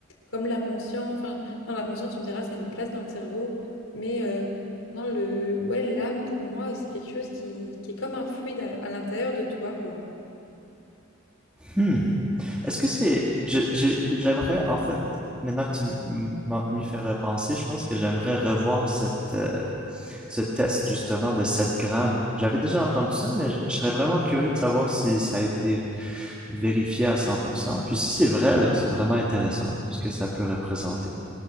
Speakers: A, on the left; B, in the centre.
A: comme l'inconscient. Enfin, dans l'inconscient, tu me diras, ça a une place dans le cerveau. Mais euh, dans le, ouais, l'âme, pour moi, c'est quelque chose qui, qui est comme un fluide à à l'intérieur de toi, quoi.
B: Hmm. Est-ce que c'est, je- j'ai- j'aimerais en fait maintenant que tu m- m'en- m'y fais repenser, je pense que j'aimerais revoir cette, euh, ce test justement de 7 grammes. J'avais déjà entendu ça, mais je serais vraiment curieux de savoir si ça a été vérifié à cent pour cent Puis si c'est vrai, ben, c'est vraiment intéressant ce que ça peut représenter.